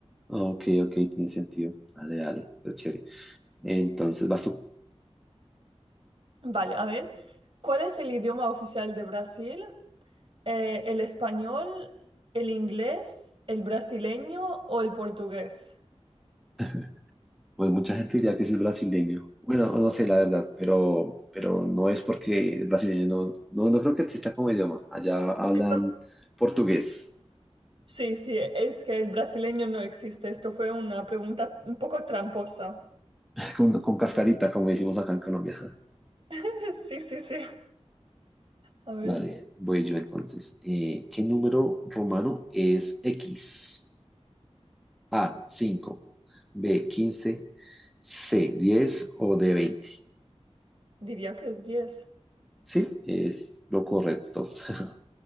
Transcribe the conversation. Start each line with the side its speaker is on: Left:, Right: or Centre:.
Centre: Ah, Ok, ok, tiene sentido. Dale, dale, pero chévere. Entonces, vas tú.
Right: Vale, a ver, ¿cuál es el idioma oficial de Brasil? Eh, ¿el español, el inglés, el brasileño o el portugués?
Centre: <laughs> Pues mucha gente diría que sí es brasileño. Bueno, no sé, la verdad, pero, pero no es porque el brasileño no, no, no creo que exista como idioma. Allá hablan
Right: Esto-
Centre: portugués,
Right: Sí, sí, es que el brasileño no existe. Esto fue una pregunta un poco tramposa.
Centre: <laughs> con, con cascarita, como decimos acá en Colombia.
Right: <laughs> Sí, sí, sí. A ver.
Centre: Dale, voy yo entonces. Eh, ¿qué número romano es X? A, 5, B, 15, C, 10 o D, 20.
Right: Diría que es diez
Centre: Sí, es lo correcto. <laughs>